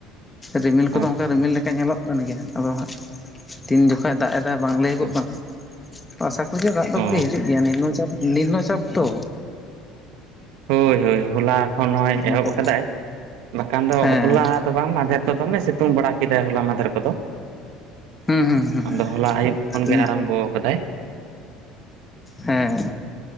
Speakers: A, on the left; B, on the right.
A: ᱨᱤᱢᱤᱞ ᱠᱚᱫᱚ
B: ᱟᱪᱪᱷᱟ
A: ᱚᱱᱠᱟ ᱨᱤᱢᱤᱞ
B: ᱟᱪᱪᱷᱟ
A: ᱞᱮᱠᱟ ᱧᱮᱞᱚᱜ ᱠᱟᱱ ᱜᱮᱭᱟ ᱟᱫᱚ ᱦᱟᱸᱜ ᱛᱤᱱ ᱡᱚᱠᱷᱚᱡ ᱫᱟᱜ ᱮᱫᱟᱭ ᱵᱟᱝ ᱞᱟᱹᱭᱩᱜᱽᱚᱜ
B: ᱟᱪᱪᱷᱟ
A: ᱠᱟᱱᱟ, ᱟᱥᱟ ᱠᱚᱨᱤ ᱫᱟᱜ ᱫᱚ
B: ᱚ
A: ᱠᱟᱹᱴᱤᱡ ᱦᱤᱡᱩᱜ ᱜᱮᱭᱟ ᱱᱤᱢᱱᱚ ᱪᱟᱯ ᱱᱤᱢᱱᱚᱪᱟᱯ ᱛᱚ᱾
B: ᱦᱳᱭ ᱦᱳᱭ ᱦᱚᱞᱟ ᱠᱷᱚᱱ ᱦᱚᱸᱭ
A: ᱱᱚᱣᱟ
B: ᱮᱦᱚᱵ
A: ᱫᱚ
B: ᱟᱠᱟᱫᱟᱭ᱾ ᱵᱟᱠᱷᱟᱱ ᱫᱚ
A: ᱦᱮᱸ
B: ᱦᱚᱞᱟ ᱫᱚ ᱵᱟᱝ ᱢᱟᱫᱷᱮᱨ ᱫᱚ ᱫᱚᱢᱮ ᱥᱤᱛᱩᱝ ᱵᱟᱲᱟ ᱠᱮᱫᱟᱭ ᱦᱚᱞᱟ ᱢᱟᱫᱷᱮᱨ ᱠᱚᱫᱚ᱾
A: ᱦᱩᱸ ᱦᱩᱸ ᱦᱩᱸ ᱦᱩᱸ
B: ᱟᱫᱚ ᱦᱚᱞᱟ ᱟᱹᱭᱩᱵ ᱠᱷᱚᱱ
A: ᱠᱤᱱᱛᱩ
B: ᱜᱮ ᱟᱨᱟᱢᱵᱚ ᱟᱠᱟᱫᱟᱭ᱾
A: ᱦᱮᱸ᱾